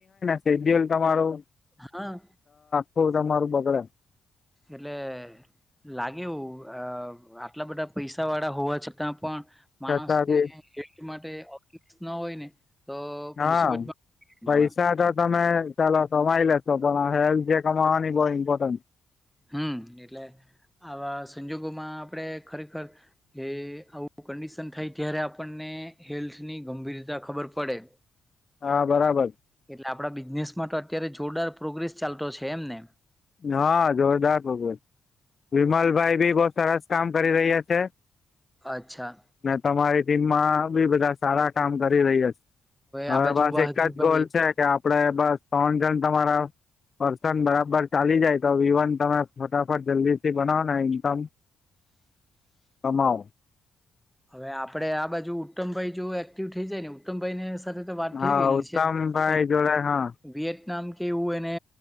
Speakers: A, on the left; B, in the centre.
A: શેડ્યૂલ તમારું
B: હા.
A: હો તમારું બગડે.
B: એટલે લાગે એવું આટલા બધા પૈસા વાળા હોવા છતાં પણ
A: છતાં
B: માણસને
A: બી
B: માટે આવું ના હોય ને તો
A: હા
B: મુસીબતમાં
A: પૈસા
B: માણસ
A: તો તમે ચાલો કમાય લેશો હેલ્ જે કમાવાની જે બહુ ઈંપોર્ટન
B: હં એટલે આવા સંજોગોમાં આપણેે ખરેખર એ આવું કેન્ડીશન થાય ત્યારે આપણને હેલ્થની ગંભીરતા ખબર પડે
A: હા બરાબર
B: એટલે આપના બિઝનેસમાં તો અત્યારે જોરદાર પ્રોગ્રેસ ચાલતો છે એમ ને
A: હા જોરદાર પ્રોગ્રેશ વિમલભાઈ બી બહુ સરસ કામ કરી રહ્યા છે
B: અચ્છા
A: તમારી ટીમમાં બી બધા સારા કામ કરી રહીયા છે. હવે
B: આ બાજુ
A: બસ
B: વાહજીભાઈ
A: એક જ ગોલ છે કે પણ એવું જ લાગ્યું કે અટેક આવ્યો હોય, એવું લાગ્યું એટલે બધા દોડાદોડી થઈ ગઈ. ત્રણ જણ તમારા પર્સન બરાબર ચાલી જાય તો વિવાન તમે ફટાફટ જલ્દી બના ના ઇન્કમ કમાઓ
B: હવે આપડે આ બાજુ ઉત્તમભાઈ જો એક્ટિવ થઈ જાય ને ઉત્તમભાઈ ને સાથે વાત
A: હા
B: થઈ ગયેલી
A: ઉત્તમભાઈ
B: છે
A: જોડે હા
B: વિયતનામ કે એવું એને